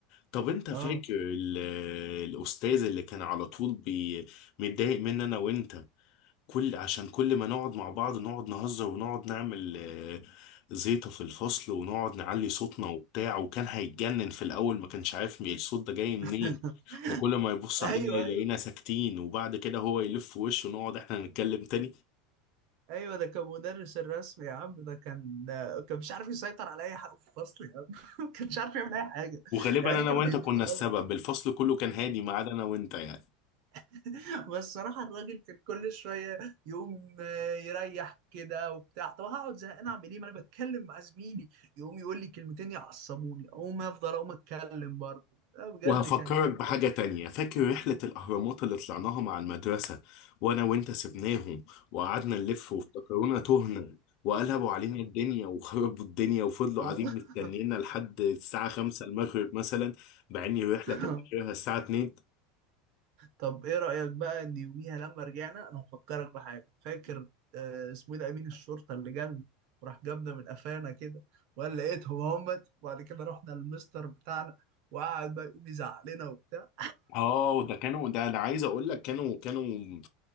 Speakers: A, on the left; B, on the right.
A: طب انت فاكر
B: اه
A: ال- الاستاذ اللي كان على طول بي متضايق مني انا وانت كل عشان كل ما نقعد مع بعض نقعد نهزر ونقعد نعمل آه، زيطة في الفصل ونقعد نعلي صوتنا وبتاع وكان هيتجنن في الاول ما كانش عارف مين الصوت ده جاي منين
B: <laughs>
A: وكل ما يبص علينا
B: ايوه
A: يلاقينا
B: ايوه
A: ساكتين وبعد كده هو يلف وشه ونقعد احنا نتكلم تاني
B: ايوه ده كان مدرس الرسم يا عم ده كان كان مش عارف يسيطر على اي حاجه في الفصل يا عم <laughs> كان مش عارف يعمل اي حاجه
A: وغالبا
B: يعني
A: انا
B: كانوا
A: وانت
B: جايبينه
A: كنا
B: غلط
A: السبب الفصل كله كان هادي ما عدا انا وانت يعني
B: <laughs> بس صراحه الراجل كان كل شويه يقوم آه، يريح كده وبتاع طب هقعد زهقان اعمل ايه ما انا بتكلم مع زميلي يقوم يقول لي كلمتين يعصبوني اقوم افضل اقوم اتكلم برضه لا بجد
A: وهفكرك
B: كان كان
A: بحاجة
B: كان
A: تانية فاكر رحلة الأهرامات اللي طلعناها مع المدرسة وأنا وأنت سبناهم وقعدنا نلف وافتكرونا تهنا وقلبوا علينا الدنيا وخربوا الدنيا وفضلوا
B: <laughs>
A: قاعدين مستنينا لحد الساعة خمسة المغرب مثلا مع إن الرحلة كان
B: آه.
A: آخرها
B: <laughs>
A: الساعة اتنين
B: طب ايه رأيك بقى ان يوميها لما رجعنا انا هفكرك بحاجة فاكر آه، اسمه ايه ده امين الشرطة اللي جالنا وراح جابنا من قفانا كده وقال لقيتهم همت وبعد كده رحنا للمستر بتاعنا وقعد بقى يقوم يزعق لنا وبتاع
A: آه وده كانوا ده أنا عايز أقول لك كانوا كانوا